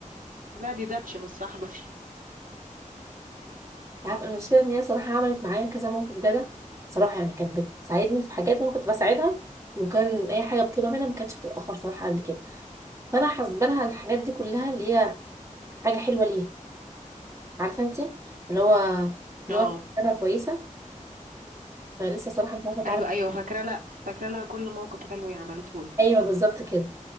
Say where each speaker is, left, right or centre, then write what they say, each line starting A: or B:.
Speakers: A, on the right (about 85°); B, on the right (about 20°).
A: لا دي دبش مش صاحبتي
B: عارف المشكله ان هي صراحه عملت معايا كذا موقف جدع صراحه يعني كانت بتساعدني في حاجات انا كنت بساعدها وكان اي حاجه بطلبها منها ما كانتش بتتاخر صراحه قبل كده فانا حاسبه لها الحاجات دي كلها اللي هي حاجه حلوه ليها عارفه انت اللي هو
A: <laughs>
B: ان
A: اه
B: هو حسابها كويسه فلسه صراحه مش عارفه اتعامل
A: ايوه ايوه فاكره لا فاكره لها كل موقف حلو هي عملته لك
B: ايوه بالظبط كده